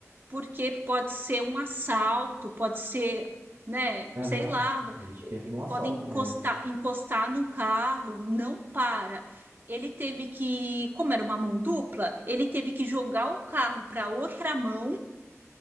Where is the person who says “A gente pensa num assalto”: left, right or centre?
Right